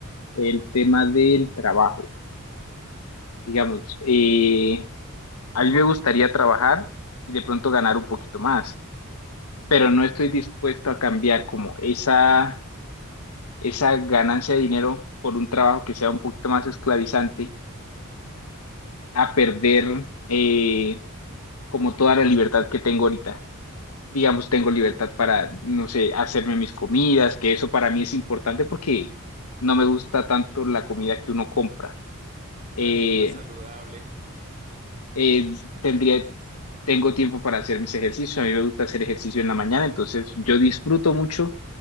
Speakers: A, on the left; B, on the right.
A: el tema del trabajo. Digamos, eh, A mí me gustaría trabajar y de pronto ganar un poquito más, pero no estoy dispuesto a cambiar como esa, esa ganancia de dinero por un trabajo que sea un poquito más esclavizante, a perder eh, como toda la libertad que tengo ahorita. Digamos, tengo libertad para, no sé, hacerme mis comidas, que eso para mí es importante porque no me gusta tanto la comida que uno compra. Eh,
B: Claro, y es más saludable
A: eh,
B: muchas
A: tendría
B: veces.
A: tengo tiempo para hacer mis ejercicios. A mí me gusta hacer ejercicio en la mañana, entonces yo disfruto mucho